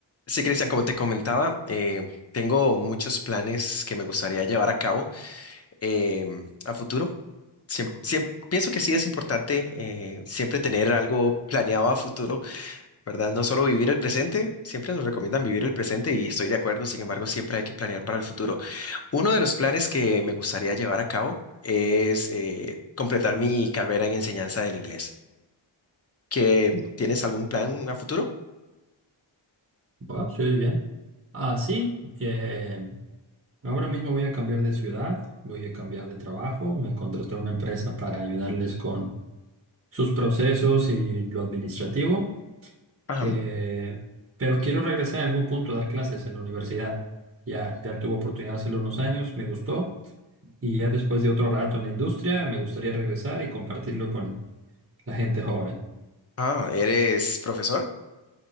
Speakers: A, on the left; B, on the right.
A: Sí, Cristian, como te comentaba, eh, tengo muchos planes que me gustaría llevar a cabo eh, a futuro. Siem- siem- pienso que sí es importante eh, siempre tener algo planeado a futuro, ¿verdad? No solo vivir el presente, siempre nos recomiendan vivir el presente y estoy de acuerdo, sin embargo, siempre hay que planear para el futuro. Uno de los planes que me gustaría llevar a cabo es eh, completar mi carrera en enseñanza del inglés. ¿Que tienes algún plan a futuro?
B: Ah, se oye bien. Ah, sí. eh, ahora mismo voy a cambiar de ciudad, voy a cambiar de trabajo. Me contraté una empresa para ayudarles con sus procesos y lo administrativo.
A: Ajá.
B: eh, pero quiero regresar en algún punto a dar clases en la universidad. Ya, ya tuve oportunidad hace unos años, me gustó. Y ya después de otro rato en la industria, me gustaría regresar y compartirlo con la gente joven.
A: Ah, ¿eres profesor?